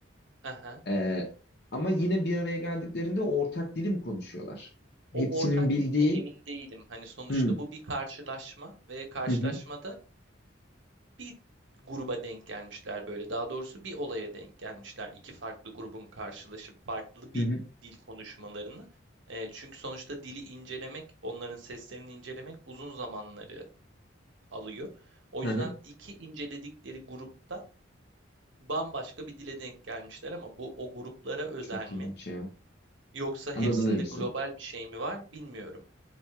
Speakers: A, on the right; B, on the left.
A: Aha.
B: Ee, ama yine bir araya geldiklerinde ortak dilim konuşuyorlar.
A: O
B: Hepsinin
A: ortak
B: bildiği
A: dil mi emin değilim. Hani sonuçta
B: hı
A: bu bir karşılaşma ve karşılaşmada
B: hı hı
A: bir gruba denk gelmişler böyle. Daha doğrusu bir olaya denk gelmişler. İki farklı grubun karşılaşıp farklı bir
B: hı hı
A: dil konuşmalarını. Eee, çünkü sonuçta dili incelemek, onların seslerini incelemek uzun zamanları alıyor. O
B: hı
A: yüzden
B: hı."
A: iki inceledikleri grupta bambaşka bir dile denk gelmişler ama bu o gruplara özel
B: çok
A: mi
B: ilginç ya.
A: yoksa
B: Anladım
A: hepsinde
B: demişsin.
A: global bir şey mi var bilmiyorum.